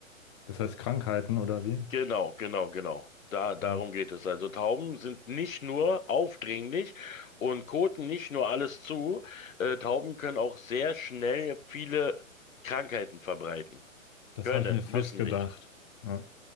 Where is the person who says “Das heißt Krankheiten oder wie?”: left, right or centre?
Left